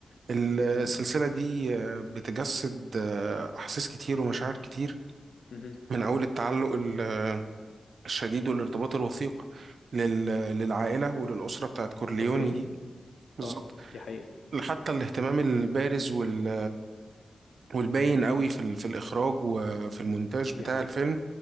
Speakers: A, on the right; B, on the left.
A: السلسلة
B: مهم.
A: دي آه، بتجسد آه، أحاسيس كتير ومشاعر كتير
B: مهم.
A: من أول التعلق ال- الشديد والارتباط الوثيق لل- للعائلة وللأسرة بتاعت كورليوني
B: اوكي
A: دي بالظبط
B: اه دي حقيقة
A: حتى الاهتمام البارز وال- والباين قوي في ال- في الإخراج وفي المونتاج بتاع
B: دي حقيقة
A: الفيلم